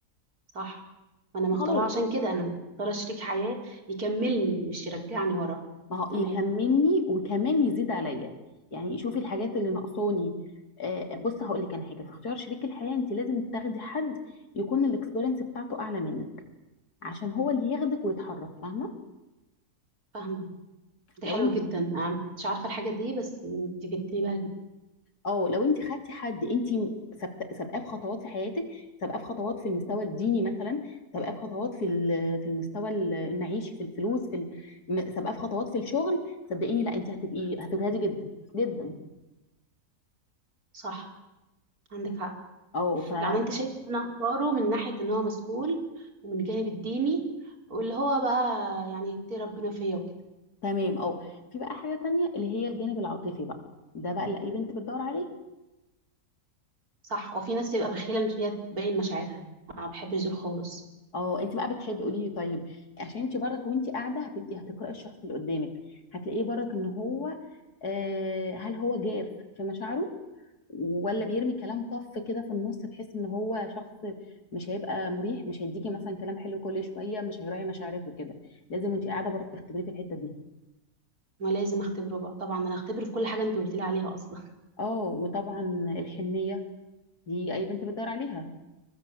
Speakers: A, on the right; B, on the left.
A: صح ما أنا مختارة
B: خلاص
A: عشان كده أنا مختارة شريك حياة يكملني مش يرجعني ورا
B: ما هو
A: تمام
B: يكملني وكمان يزيد عليا يعني يشوف الحاجات اللي ناقصاني آه، بص هقول لك انا حاجه في اختيار شريك الحياه انت لازم تاخدي حد يكون الاكسبيرينس بتاعته اعلى منك عشان هو اللي ياخدك ويتحرك فاهمه
A: فاهمة ده
B: لو
A: حلو
B: انت
A: جدا أنا مش عارفة الحاجة دي بس أنت فدتني بها جدا
B: اه لو انت خدتي حد انت سابت- سابقاه في خطوات في حياتك سابقاه في خطوات في المستوى الديني مثلا سابقاه في خطوات في ال- في المستوى ال- المعيشي في الفلوس في ال- م- سابقاه في خطوات في الشغل صدقيني لا انت هتبقي هتجهدي جدا جدا
A: صح عندك حق
B: اه
A: يعني انت شايف ان انا اختاره من ناحية ان هو مسؤول ومن الجانب الديني واللي هو بقى يعني يتقي ربنا فيا وكده
B: تمام اه في بقى حاجة تانية اللي هي الجانب العاطفي بقى ده بقى اللي اي بنت بتدور عليه
A: صح وفي ناس تبقى بخيلة ان هي تبين مشاعرها انا ما بحبش دول خالص
B: اه انت بقى بتحبي قولي لي طيب عشان انت برك وانت قاعدة هتبقي هتقرأي الشخص اللي قدامك هتلاقيه برك ان هو آه هل هو جاف في مشاعره ولا بيرمي كلام طف كده في النص تحس ان هو شخص مش هيبقى مريح مش هيديكي مثلا كلام حلو كل شوية مش هيراعي مشاعرك وكده لازم وانت قاعدة برك تختبريه في الحتة دي
A: ما لازم اختبره بقى طبعا انا هختبره في كل حاجة انت قلت لي عليها اصلا
B: اه وطبعا الحنية دي اي بنت بتدور عليها